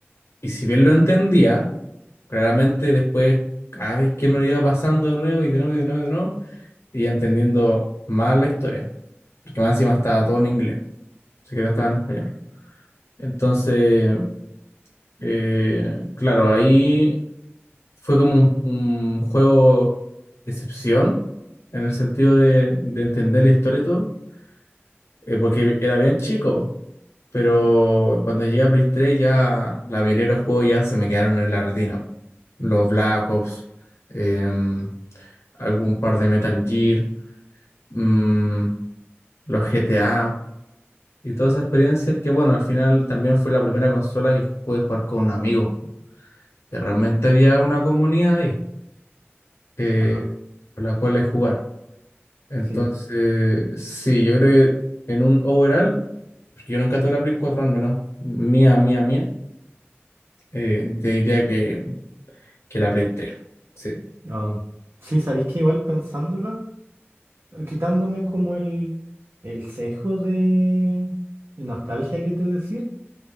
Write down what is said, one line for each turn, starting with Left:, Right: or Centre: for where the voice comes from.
Left: y si bien lo entendía, claramente después, cada vez que me lo iba pasando de nuevo y de nuevo y de nuevo y de nuevo, iba entendiendo más la historia, porque más encima estaba todo en inglés, ni siquiera estaba en español. Entonces, eh, claro, ahí fue como un, un juego excepción, en el sentido de, de entender la historia y todo eh, porque era bien chico, pero cuando llegué a Play 3 ya la mayoría de los juegos ya se me quedaron en la retina. Los Black Ops, em, algún par de Metal Gear, mm, los GTA y todas esas experiencias que bueno, al final también fue la primera consola que pude jugar con amigos, que realmente había una comunidad ahí eh,
Right: ajá,
Left: con la cual es jugar. Entonces,
Right: sí.
Left: sí, yo creo que en un overall, porque yo nunca tuve la Play 4 al menos mía, mía, mía, eh, te diría que, que la Play 3. Sí.
Right: Ah, sí, sabéis que igual pensándolo, quitándome como el, el sesgo de, de nostalgia que te decía,